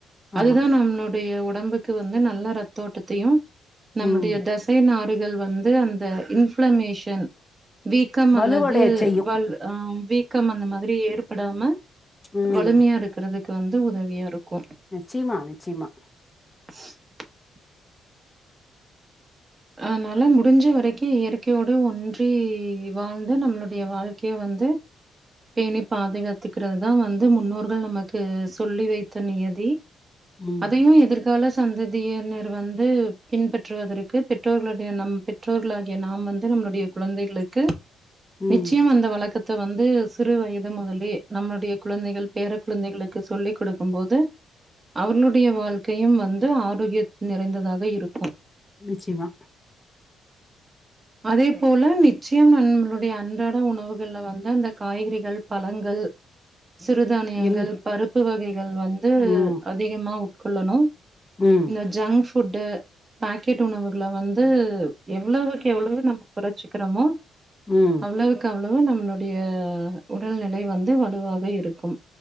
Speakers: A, on the right; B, on the left.
A: அதுதான்
B: ஆமா
A: நம்மனுடைய உ டம்புக்கு வந்து நல்ல ரத் தோட்டத்தையும் நம்மளுடைய
B: ம்
A: தசை நார் கள் வந்து அந்த இன்ஃப்ளமேஷன் வீக்கம்
B: வலுவடைய
A: அல்லது
B: செய்யு
A: வால் அஹ க்கம் அந்த மாதிரி ஏற்படாம
B: ம்
A: வலிமையா இருக்கிறது வந்து உதவியா இருக்கும்
B: நிச்சயமா நிச்சயமா
A: <inaudible> அதனால முடிஞ்ச வரைக்கும் இயற்கையோடு ஒன்றி வாழ்ந்து நம்மளுடைய வாழ்க்கைய வந்து பேணி பாதுகாத் கத்துக்கிறது தான் வந்து முன்னோர்கள் நமக்கு சொல்லி வைத்த நியதி
B: ம்
A: அதையும் எதிர்கால சந்ததியினர் வந்து பின்பற்றுவதற்கு பெ ட்டோகலுடைய நம் பெற்றோர்களாகிய நாம் வந்து நம்மளுடைய குழந்தைகளுக்கு
B: ம்
A: நிச்சய அந்த வழக்க வந்து சிறு வயது மகலே நம்மளுடைய குழந்தைகள் பேர குழந்தைகளுக்கு சொல்லிக் கொடுக்கும் போது அவுங்ளுடைய வாழ்க்கையு வந்து ஆரோக்கிய நிறைந்ததாக இருக்கு
B: நிச்சமா
A: அதே போல நிச்சயம் ந நுடைய அன்றாட உணவுகள்ல வந்து அந்த காய்கறிகள் பழங்கள் சிறுதானியங்கள்
B: எல்
A: பருப்பு வகைகள் வந்து
B: ம்
A: அதிகமா கொள்ளணு
B: ம்
A: இந்த ஜங்க் ஃபுட்டு பக்கெட் உணவு ல வந்து எவ்வளவுக்கெவ்ளவு நம்ப குறச் க்கரமோ
B: ம்
A: அவ்வளவுகவ் நம்ப டைய உடல்நிலை வந் து வலுவவே இருக்கும்